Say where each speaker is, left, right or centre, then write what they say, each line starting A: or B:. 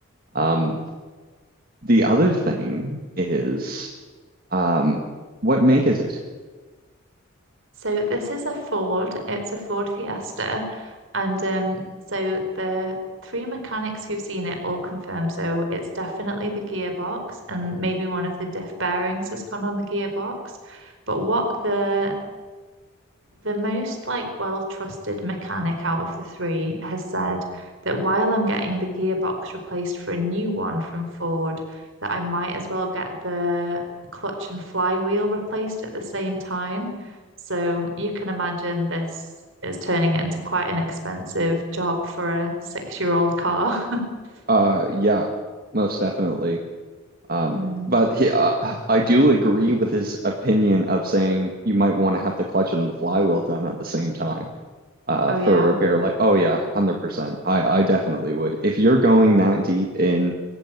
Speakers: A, on the right; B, on the right.
A: Um, the other thing is, um, what make is it?
B: So this is a Ford. It's a Ford Fiesta. And um, so the three mechanics who've seen it all confirm. So it's definitely the gearbox, and maybe one of the diff bearings has gone on the gearbox. But what the the most like well-trusted mechanic out of the three has said that while I'm getting the gearbox replaced for a new one from Ford, that I might as well get the clutch and flywheel replaced at the same time. So you can imagine this is turning into quite an expensive job for a six-year-old car. <laughs>
A: Uh, yeah, most definitely. Um,
B: Mm.
A: but he, uh, I do agree with his opinion of saying you might want to have the clutch and the flywheel done at the same time. uh,
B: Oh
A: for
B: yeah.
A: a repair. Like, oh yeah, 100%. I, I definitely would. If you're going that deep in